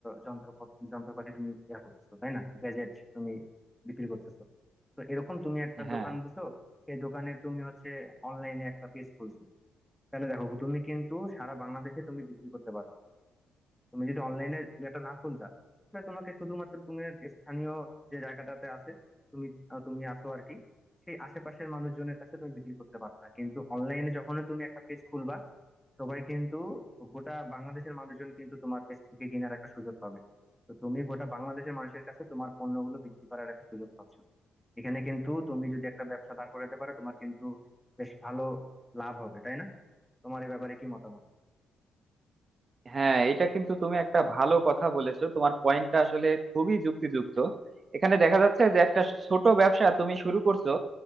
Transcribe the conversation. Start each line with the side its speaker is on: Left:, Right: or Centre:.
Centre: যন্ত্র যন্ত্রপাতি তুমি ইয়া করতেছো তাই না গ্যাজেট তুমি বিক্রি করতেছো তো এরকম তুমি একটা
Right: হ্যাঁ
Centre: দোকান দিছো সেই দোকানে তুমি হচ্ছে অনলাইনে একটা পেজ খুলছো তাহলে দেখো তুমি কিন্তু সারা বাংলাদেশে তুমি বিক্রি করতে পারবে তুমি যদি অনলাইনে ইয়েটা না খুলতা তাহলে তোমাকে শুধুমাত্র তুমি স্থানীয় যে জায়গাটাতে আছে তুমি আহ, তুমি আছো আর কি সেই আশেপাশের মানুষজনের কাছে তুমি বিক্রি করতে পারতা কিন্তু অনলাইনে যখন তুমি একটা পেজ খুলবা সবাই কিন্তু গোটা বাংলাদেশের মানুষজন কিন্তু তোমার পেজ থেকে কেনার একটা সুযোগ পাবে তো তুমি গোটা বাংলাদেশের মানুষের কাছে তোমার পণ্যগুলো বিক্রি করার একটা সুযোগ পাচ্ছ এখানে কিন্তু তুমি যদি একটা ব্যবসা দাঁড় করাতে পারো তোমার কিন্তু বেশ ভালো লাভ হবে তাই না তোমার এই ব্যাপারে কি মতামত
Right: হ্যাঁ এটা কিন্তু তুমি একটা ভালো কথা বলেছো তোমার পয়েন্টটা আসলে খুবই যুক্তিযুক্ত এখানে দেখা যাচ্ছে যে একটা ছোট ব্যবসা তুমি শুরু করছো